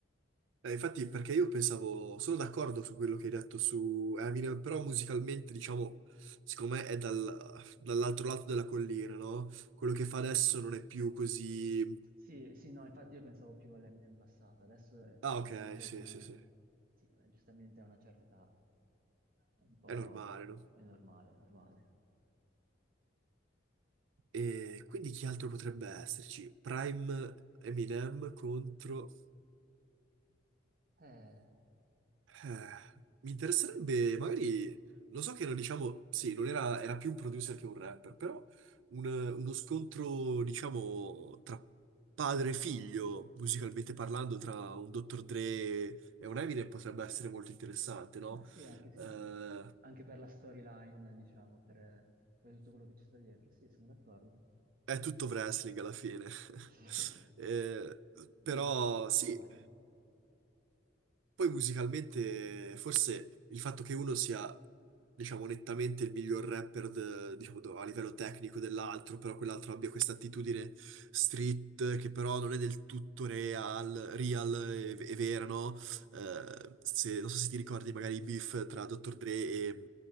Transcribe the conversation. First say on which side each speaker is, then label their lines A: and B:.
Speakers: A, on the right; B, on the right.
A: Eh, infatti, perché io pensavo, sono d'accordo su quello che hai detto su Eminem, però musicalmente, diciamo, secondo me è dal- dall'altro lato della collina, no? Quello che fa adesso non è più così...
B: Sì, sì, no, infatti io pensavo più all'Eminem passato, adesso effettivamente
A: Ah, ok, sì,
B: è più...
A: sì, sì,
B: Sì, eh, giustamente a una certa età. è un po'...
A: è normale, no?
B: è normale, è normale.
A: E quindi chi altro potrebbe esserci? Prime Eminem contro...
B: Eh,
A: Eh, mi interesserebbe, magari, lo so che non diciamo, sì, non era, era più un producer che un rapper, però un- uno scontro, diciamo, tra padre e figlio, musicalmente parlando, tra un Dr. Dre e un Eminem potrebbe essere molto interessante, no?
B: ah, sì, anche sì,
A: Eh,
B: sì. Anche per la storyline, diciamo, per, per tutto quello che ci sta dietro, sì, sono d'accordo.
A: è tutto wrestling alla fine. <laughs>
B: Sì.
A: Eh, però
B: Il resto è
A: sì,
B: storia.
A: Poi musicalmente, forse il fatto che uno sia, diciamo, nettamente il miglior rapper, de- diciamo, do- a livello tecnico dell'altro, però quell'altro abbia questa attitudine street, che però non è del tutto real, real e, e vera, no? Eh, se- non so se ti ricordi magari i beef tra Dr. Dre e...